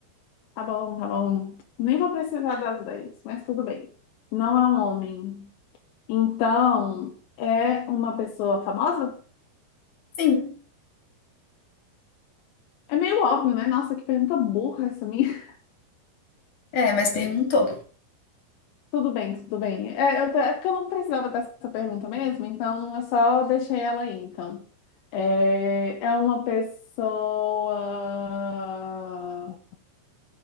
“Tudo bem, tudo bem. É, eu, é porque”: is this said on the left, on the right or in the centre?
Left